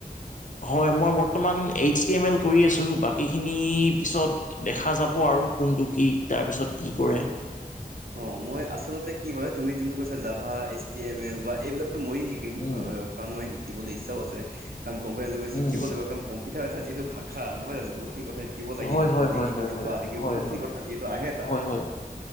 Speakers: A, on the left; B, on the right.
A: হয় মই বৰ্তমান এইচ টি এম এল কৰি আছোঁ। বাকীখিনি পিছত দেখা যাব আৰু কোনটো কি তাৰপিছত কি কৰে।
B: অ মই আচলতে কি হয় তুমি যোনটো কৈছা Java, H T M L বা এইবিলাকতো মই শিক শিকিম
A: উম
B: কাৰণ মই শিকিবলে ইচ্ছাও আছে। কাৰণ কম্পালছৰি শিকিব
A: উম
B: লাগিব কাৰণ কম্পিউটাৰ এটাৰ যিটো ভাষা নহয় জানো? বহুতখিনি কথা শিকিব লাগিব।
A: হয় হয়
B: ক'ত
A: হয়
B: ইনদিকা
A: হয়
B: দিও
A: হয়
B: বা আদিকেও
A: হয়
B: বহুতখিনি
A: হয়
B: কথা যিহেতু আহে তাত,
A: হয় হয়